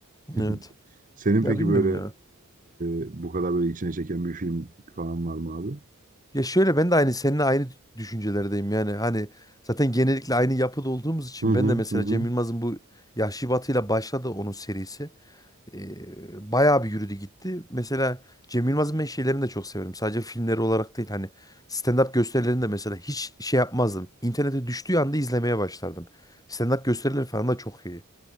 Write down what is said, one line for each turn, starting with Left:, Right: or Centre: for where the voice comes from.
Right: <laughs>
Left: Evet.
Right: Senin
Left: Ya
Right: peki
Left: bilmiyorum
Right: böyle
Left: ya.
Right: eee, bu kadar böyle içine çeken bir film falan var mı abi?
Left: Ya şöyle ben de aynı seninle aynı düşüncelerdeyim yani. Hani zaten genellikle aynı yapıda olduğumuz için
Right: Hı hı
Left: ben de mesela
Right: hı. hı.
Left: Cem Yılmaz'ın bu Yahşi Batı'yla başladı onun serisi. Ee, bayağı bir yürüdü gitti. Mesela Cem Yılmaz'ın ben şeylerini de çok severim. Sadece filmleri olarak değil hani stand-up gösterilerini de mesela hiç şey yapmazdım. İnternete düştüğü anda izlemeye başlardım. Stand-up gösterileri falan da çok iyi.